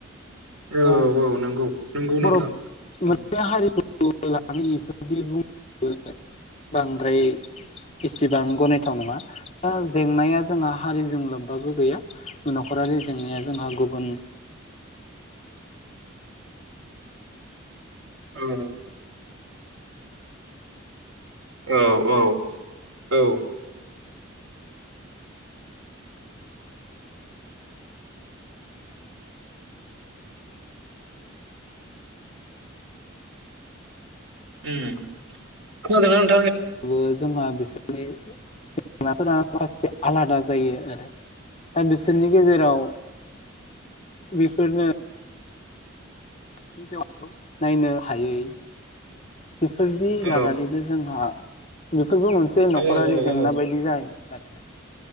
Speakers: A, on the right; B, on the left.
A: औ
B: <unintelligible>
A: नंगौ नंगौ
B: बरफ
A: नोंथां नंगौ
B: हारिखौ लानानै बेफोरबायदि <unintelligible> बांद्राय इसेबां गनायथाव नङा दा जेंनाया जोंहा हारिजों लोब्बाबो गैया न'खरारि जेंनाया जोंहा गुबुन
A: औ औ औ औ उम खोनादोंना नो
B: बो जोंना बिसोरनि जेंनाफोरा माखासे आलादा जायो आरो दा बिसोरनि गेजेराव बेफोरनो <unintelligible> नायनो हायै बेफोरदि
A: औ
B: लानानैनो जोंहा <unintelligible> बेबो मोनसे नखरारि
A: औ
B: जेंना
A: औ
B: बायदि जायो। <unintelligible>